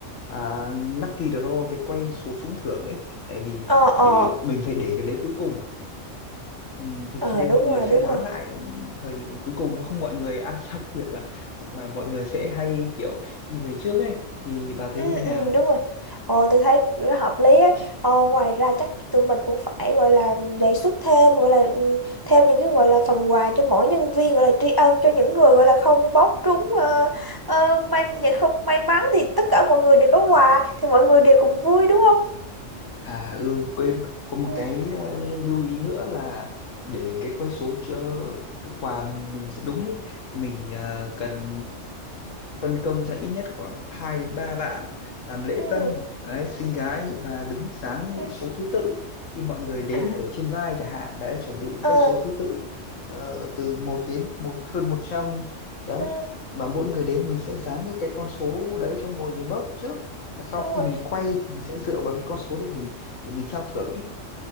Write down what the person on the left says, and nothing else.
à, lucky draw cái quay số trúng thưởng ấy tại vì
để mình phải để cái đấy cuối cùng Ừm, thì
khi đấy
mọi
người sẽ
lán
lại thời cuối cùng không mọi người ăn <laughs> xong tiệc là hoặc là mọi người sẽ hay kiểu đi về trước ấy thì bà thấy
như
nào
À ừ quên có một
cái ờ, lưu ý nữa là để cái quay số cho cái quà mình mình sẽ đúng ấy thì mình ờ, cần phân công ra ít nhất khoảng 2 đến 3 bạn làm lễ
tân đấy, xinh gái và đứng dán những
số thứ tự khi mọi người đến
ở trên vai chẳng hạn đấy chuẩn bị
các số thứ tự ờ, từ một đến một hơn 100 đấy
và mỗi người đến mình sẽ dán những cái con số đấy cho mỗi người mốc trước và sau
khi
mình quay thì mình sẽ dựa vào cái con số đấy để để mình trao thưởng ấy